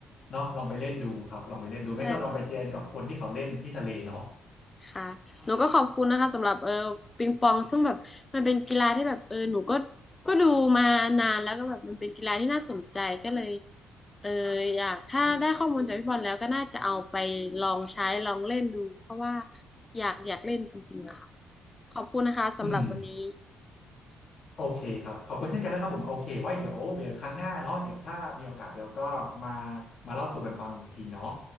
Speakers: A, on the left; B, on the left.
A: เนาะลองไปเล่นดูครับลองไปเล่นดูไม่ก็ลองไปแจมกับคนที่เขาเล่นที่ทะเลเนาะ
B: ใช่ค่ะ ค่ะหนูก็ขอบคุณนะคะสำหรับเออปิงปองซึ่งแบบมันเป็นกีฬาที่แบบเออหนูก็ก็ดูมานานแล้วก็แบบมันเป็นกีฬาที่น่าสนใจก็เลยเอออยากถ้าได้ข้อมูลจากพี่บอลแล้วก็น่าจะเอาไปลองใช้ลองเล่นดูเพราะว่าอยากอยากเล่นจริงๆค่ะขอบคุณนะคะสำหรับวันนี้
A: อืมโอเคครับขอบคุณเช่นกันนะครับผมโอเคไว้เดี๋ยวเดี๋ยวครั้งหน้าเนาะเดี๋ยวถ้ามีโอกาสเดี๋ยวก็มามาเล่าสู่กันฟังอีกทีเนาะ